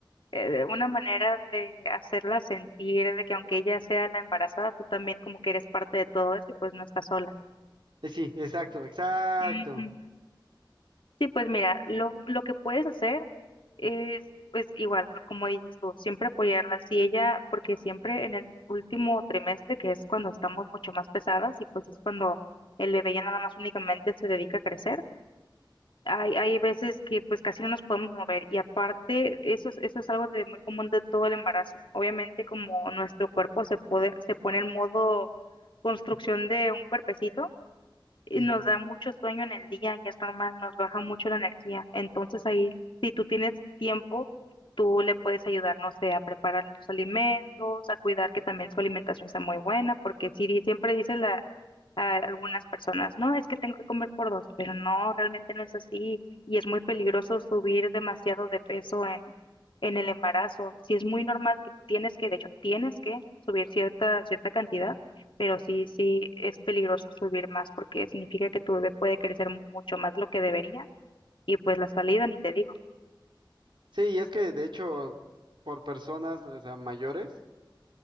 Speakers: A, on the left; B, on the right.
A: eh, una manera de hacerla sentir de que aunque ella sea la embarazada, tú también como que eres parte de todo eso y pues no estás sola.
B: Eh, sí, exacto, exacto.
A: Ujú. Sí, pues mira, lo, lo que puedes hacer es, pues igual, como dices tú, siempre apoyarla. Si ella, porque siempre en el último trimestre, que es cuando estamos mucho más pesadas y pues es cuando el bebé ya nada más únicamente se dedica a crecer, Hay, hay veces que pues casi no nos podemos mover y aparte eso, es- eso es algo de muy común de todo el embarazo. Obviamente como nuestro cuerpo se puede, se pone en modo construcción de un cuerpecito, y
B: Sí.
A: nos da mucho sueño en el día y es normal, nos baja mucho la energía. Entonces ahí, si tú tienes tiempo, tú le puedes ayudar, no sé, a preparar los alimentos, a cuidar que también su alimentación sea muy buena, porque si di- siempre dice la, a algunas personas, no, es que tengo que comer por dos, pero no, realmente no es así y es muy peligroso subir demasiado de peso en, en el embarazo. Si es muy normal que tienes que, de hecho, tienes que subir cierta, cierta cantidad pero sí, sí es peligroso subir más porque significa que tu bebé puede crecer mucho más de lo que debería y pues la salida ni te digo.
B: Sí, y es que de hecho, por personas, o sea, mayores,